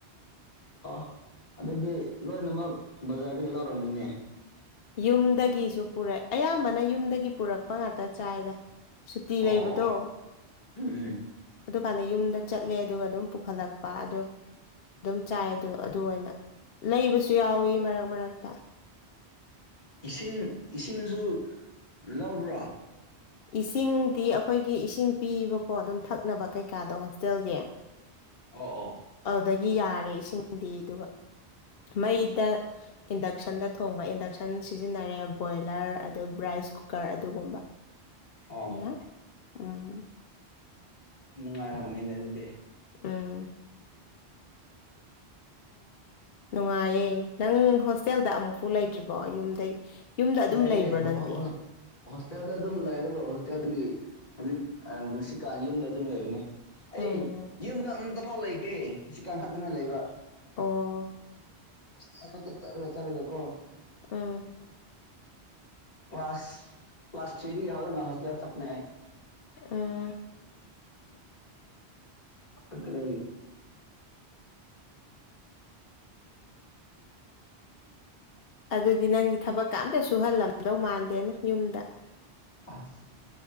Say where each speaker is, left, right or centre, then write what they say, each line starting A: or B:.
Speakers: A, on the left; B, on the left.
A: ꯑꯣ ꯑꯗꯨꯗꯤ ꯂꯣꯏꯅꯃꯛ ꯕꯖꯥꯔꯗꯒꯤ ꯂꯧꯔꯝꯅꯤꯅꯦ
B: ꯌꯨꯝꯗꯒꯤꯁꯨ ꯄꯨꯔꯛꯑꯦ ꯑꯌꯥꯝꯕꯅ ꯌꯨꯝꯗꯒꯤ ꯄꯨꯔꯛꯄ ꯉꯥꯛꯇ ꯆꯥꯏꯗ ꯁꯨꯇꯤ
A: ꯑꯣ
B: ꯂꯩꯕꯗꯣ
A: ꯑꯣ ꯎꯝ ꯎꯝ
B: ꯑꯗꯨꯀꯥꯟꯗ ꯌꯨꯝꯗ ꯆꯠꯂꯦ ꯑꯗꯨꯒ ꯑꯗꯨꯝ ꯄꯨꯈꯠꯂꯛꯄ ꯑꯗꯣ ꯑꯗꯨꯝ ꯆꯥꯏ ꯑꯗꯨ ꯑꯗꯨ ꯑꯣꯏꯅ ꯂꯩꯕꯁꯨ ꯌꯥꯎꯋꯤ ꯃꯔꯛ ꯃꯔꯛꯇ
A: ꯏꯁꯤꯡ ꯏꯁꯤꯡꯁꯨ ꯂꯧꯕ꯭ꯔꯣ
B: ꯏꯁꯤꯡꯗꯤ ꯑꯩꯈꯣꯏꯒꯤ ꯏꯁꯤꯡ ꯄꯤꯕꯀꯣ ꯑꯗꯨꯝ ꯊꯛꯅꯕ ꯀꯩꯀꯥꯗꯣ ꯍꯣꯁꯇꯦꯜꯒꯤ
A: ꯑꯣ ꯑꯣ
B: ꯑꯗꯨꯗꯒꯤ ꯌꯥꯔꯦ ꯏꯁꯤꯡꯗꯤ ꯑꯗꯨꯒ ꯃꯩꯗ ꯏꯟꯗꯛꯁꯟꯗ ꯊꯣꯡꯕ ꯏꯟꯗꯛꯁꯟ ꯁꯤꯖꯤꯟꯅꯔꯦ ꯕꯣꯏꯂꯔ ꯑꯗꯨ ꯔꯥꯏ ꯔꯥꯏꯁ ꯀꯨꯀꯔ ꯑꯗꯨꯒꯨꯝꯕ
A: ꯑꯣ
B: ꯃꯌꯥꯝ
A: ꯑꯣ
B: ꯎꯝ
A: ꯅꯨꯡꯉꯥꯢꯔꯝꯒꯅꯤꯅ ꯑꯗꯨꯗꯤ
B: ꯎꯝ ꯅꯨꯡꯉꯥꯏꯌꯦ ꯅꯪ ꯍꯣꯁꯇꯦꯜꯗ ꯑꯃꯨꯛꯐꯥꯎ ꯂꯩꯇ꯭ꯔꯤꯕꯣ ꯌꯨꯝꯗꯩ ꯌꯨꯝꯗ ꯑꯗꯨꯝ
A: ꯂꯩꯌꯦ
B: ꯂꯩꯕ꯭ꯔꯣ
A: ꯍꯣ
B: ꯅꯪꯗꯤ
A: ꯍꯣ ꯍꯣ ꯍꯣꯁꯇꯦꯜꯗ ꯑꯗꯨꯝ ꯂꯩꯔꯒ ꯍꯣꯁꯇꯦꯜꯗꯒꯤ ꯍꯧꯖꯤꯛ ꯉꯁꯤꯀꯥꯟ ꯌꯨꯝꯗ ꯑꯗꯨꯝ ꯂꯩꯕꯅꯦ ꯑꯩ
B: ꯎꯝ
A: ꯌꯨꯝꯗ ꯑꯝ ꯐꯥꯎ ꯂꯩꯇꯦ ꯁꯤꯀꯥꯟ ꯈꯛꯇꯅꯦ ꯂꯩꯕ
B: ꯑꯣ
A: ꯍꯣꯁꯇꯦꯜ ꯈꯛꯇ ꯆꯠꯂ ꯆꯠꯂꯒ ꯀꯣ
B: ꯑꯥ
A: ꯀ꯭ꯂꯥꯁ ꯀ꯭ꯂꯥꯁ ꯊ꯭ꯔꯤꯗꯤ ꯍꯧꯔꯅ ꯍꯣꯁꯇꯦꯜ ꯆꯠꯄꯅꯦ ꯑꯩ
B: ꯎꯝ
A: <unintelligible>
B: ꯑꯗꯨꯗꯤ ꯅꯪꯗꯤ ꯊꯕꯛꯀ ꯑꯝꯇ ꯁꯨꯍꯜꯂꯝꯗꯧ ꯃꯥꯟꯗꯦꯅ ꯌꯨꯝꯗ
A: ꯑꯁ